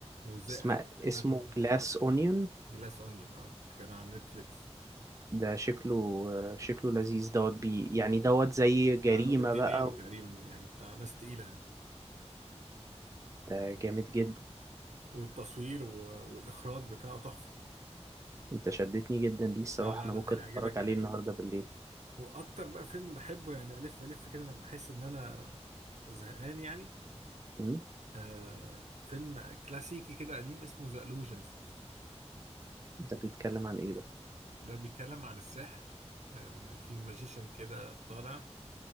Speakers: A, on the right (about 85°); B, on the right (about 25°).
A: وازاي
B: اسمه
A: قتل
B: اسمه
A: قتل
B: جلاس اونيون
A: جلاس اونيون اه كان على نتفليكس
B: ده شكله شكله لذيذ دوت بي يعني دوت زي جريمة
A: آه، روبرت دينيرو
B: بقى و-
A: تقريبا يعني بتاع ناس تقيلة يعني
B: ده جامد جدا
A: والتصوير و- والإخراج بتاعه تحفة
B: انت شدتني جدا ليه الصراحة
A: اه لا
B: انا
A: لا
B: ممكن
A: هيعجبك
B: اتفرج
A: جدا
B: عليه النهاردة بالليل
A: واكتر بقى فيلم بحبه يعني الف الف كده لما احس ان انا زهقان يعني
B: م?
A: آه فيلم كلاسيكي كده قديم اسمه ذا الوجنست
B: ده بيتكلم عن ايه ده
A: ده بيتكلم عن السحر ان في ماجيشن كده طالع